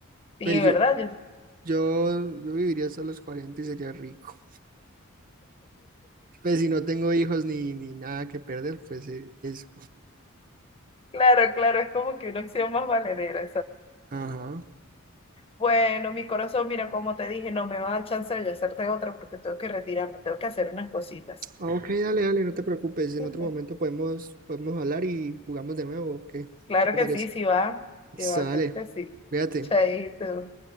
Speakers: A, on the left; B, on the right.
A: Sí,
B: Pues
A: ¿verdad?
B: yo,
A: Yo-
B: yo, yo viviría hasta los 40 y sería rico. Pues si no tengo hijos ni, ni nada que perder, pues eh, eso.
A: claro, claro, es como que una opción más valedera,
B: Ajá.
A: Bueno, mi corazón, mira, como te dije, no me va a dar chance de yo hacerte otra porque tengo que retirarme, tengo que hacer unas cositas.
B: Ok, dale, dale, no te preocupes. En
A: <laughs>
B: otro momento podemos, podemos hablar y jugamos de nuevo. ¿o ¿Qué,
A: Claro
B: qué te
A: que
B: parece?
A: sí, sí va,
B: Listo,
A: sí va,
B: dale.
A: claro que sí.
B: Cuídate.
A: Chaito.